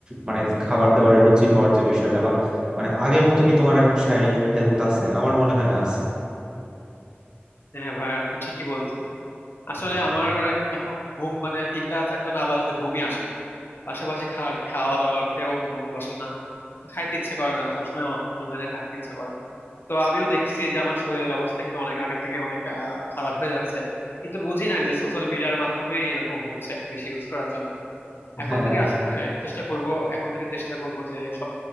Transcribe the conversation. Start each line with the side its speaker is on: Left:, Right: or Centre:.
Right: মানে খাবার দাবারে রুচি পাওয়ার যে বিষয়টা বা মানে আগের মতো কি তোমার এখন শারীরিক হেলথ আছে আমার মনে হয় না আছে
Left: হ্যাঁ ভাই আপনি ঠিকই বলছেন আসলে
Right: হুম।
Left: আমার এখন ঘুম মানে তিনটা চারটা না বাজলে ঘুমই আসে না পাশাপাশি খাওয়ার খাওয়া দাওয়াতেও মন বসে না খাইতে ইচ্ছে করে না সবসময় অনলাইনে থাকতে ইচ্ছে করে তো আমিও দেখছি যে আমার শরীরের অবস্থা একটু অনেক আগের থেকে অনেক আহ, খারাপ হয়ে যাচ্ছে কিন্তু বুঝি নাই যে সোশ্যাল মিডিয়ার মাধ্যমে এরকম হচ্ছে বেশি ইউজ করার জন্য এখন
Right: হ্যাঁ
Left: থেকে আস- আহ, চেষ্টা করব এখন থেকে চেষ্টা করব যে সব